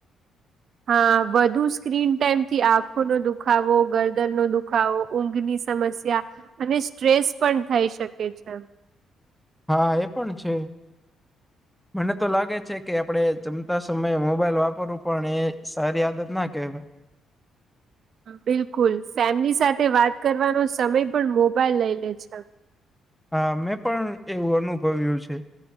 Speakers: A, on the right (about 60°); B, in the centre.
A: હા વધુ સ્ક્રીન ટાઈમથી આંખોનો દુખાવો, ગરદનનો દુખાવો, ઊંઘની સમસ્યા અને સ્ટ્રેસ પણ થઈ શકે છે.
B: હા એ પણ છે મને તો લાગે છે કે આપડે જમતા સમયે મોબાઈલ વાપરવું પણ એ સારી આદત ના કેહેવ
A: બિલકુલ ફેમિલી સાથે વાત કરવાનો સમય પણ મોબાઈલ લઈ લે છે.
B: હા મેં પણ એવું અનુભવ્યું છે.